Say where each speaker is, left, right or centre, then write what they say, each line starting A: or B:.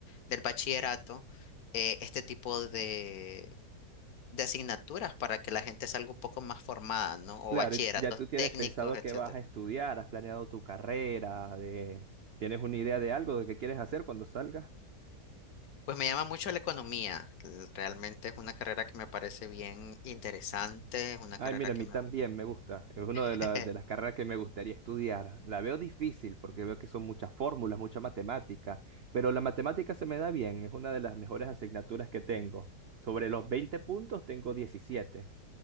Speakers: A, on the left; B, on the right.
A: del bachillerato, eh, este tipo de, de asignaturas para que la gente salga un poco más formada, ¿no? O
B: Claro,
A: bachilleratos
B: y ya tú tienes
A: técnicos,
B: pensado
A: etcétera.
B: qué vas a estudiar, has planeado tu carrera, de... ¿tienes una idea de algo, de qué quieres hacer cuando salgas?
A: Pues me llama mucho la economía. l- Realmente es una carrera que me parece bien interesante, es una
B: Ay,
A: carrera
B: mira,
A: que
B: a mí
A: me
B: también
A: gusta.
B: me gusta. Es una
A: <laughs>
B: de, la- de las carreras que me gustaría estudiar. La veo difícil porque veo que son muchas fórmulas, mucha matemática, pero la matemática se me da bien, es una de las mejores asignaturas que tengo. Sobre los 20 puntos tengo 17.